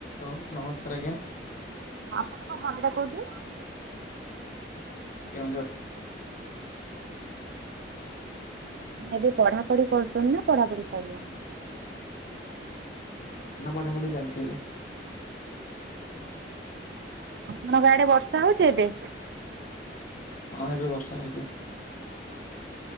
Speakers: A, on the left; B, on the right.
A: Hello. ନମସ୍କାର ଆଜ୍ଞା।
B: ଆପଣଙ୍କ ଘର ଟା କୋଉଠି?
A: କେଉଁଝର୍।
B: ଆପଣ ଏବେ ପଢାପଢି କରୁଛନ୍ତି ନା ପଢାପଢି ସରିଲାନି?
A: ନା ପଢା ପଢି ଚାଲିଛି ଏବେ।
B: ଆପଣଙ୍କ ଗାଡେ ବର୍ଷା ହଉଛି ଏବେ?
A: ହଁ ଏବେ ବର୍ଷା ହଉଛି।